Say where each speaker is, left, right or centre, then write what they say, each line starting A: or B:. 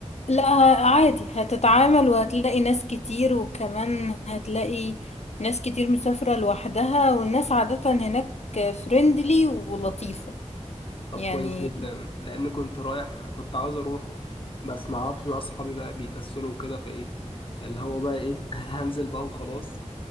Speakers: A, on the left; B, on the left.
A: لا ه- عادي هتتعامل وهتلاقي ناس كتير وكمان هتلاقي ناس كتير مسافرة لوحدها والناس عادة هناك فريندلي ولطيفة
B: طب
A: يعني
B: كويس جدا لأن كنت رايح كنت عاوز أروح بس ما أعرفش بقى أصحابي بقى بيكسلوا وكده فإيه اللي هو بقى إيه <laughs> هنزل بقى وخلاص